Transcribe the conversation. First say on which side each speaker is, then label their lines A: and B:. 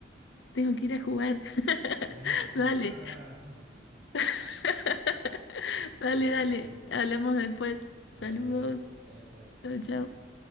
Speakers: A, on the left; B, on the right.
A: Tengo que ir a jugar. <laughs>
B: Ay, sí,
A: Dale,
B: no, no, no, no, no, no, <laughs> no,
A: <laughs> dale,
B: no, no,
A: dale.
B: no.
A: Hablamos después.
B: Vale,
A: Saludos.
B: vale, chao, chao.
A: Chao, chao.